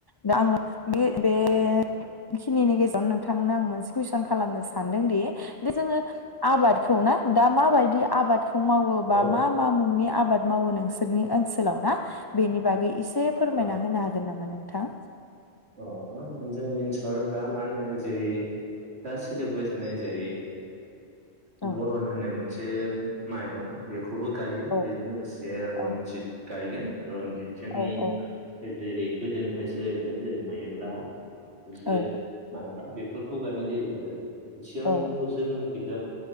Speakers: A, on the left; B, on the right.
A: दा आङो बे बेखिनिनि
B: उम
A: गेजर नोंथांनो आं मोनसे कुइसन खालामनो सानदोंदि दि जोङो आबादखौ ना दा मा बायदि आबाद खौ मावोबा
B: औ
A: मा मा मुंनि आबाद मावो नोंसोर? नोंसोरनि ओनसोलाव ना, बेनि बागै इसे एसे फोरमायना
B: औ
A: होनो हागोन नामा नों? नोंथां
B: औ मा होनो जोंनि ओनसोलाव' दा मा होनो जेरै दा सोलिबोबाय थानाय जेरै
A: औ
B: भरन होननाय मोन मोनसे माइरं बेखौ खौबो गायो
A: औ
B: बेजों लोगोसे रन्जित
A: औ
B: गायगोन। रनजितजों
A: औ औ
B: जेरै गोदो बाय सोलायबाय। जेरै माइब्रा। <unintelligible>
A: औ
B: माइब्रा। फोरखौ गायनाय जायो आरो। एसेगां
A: औ
B: बुंसो <unintelligible>